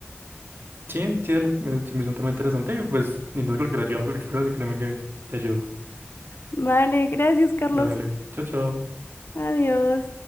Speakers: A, on the right; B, on the left.
A: Sí, sí, dale, me- se me hizo un tema interesante y pues, ni no cualquier ayuda, cualquier cosa, créeme que te ayudo.
B: Vale, gracias, Carlos.
A: Dale, chao, chao.
B: Adiós.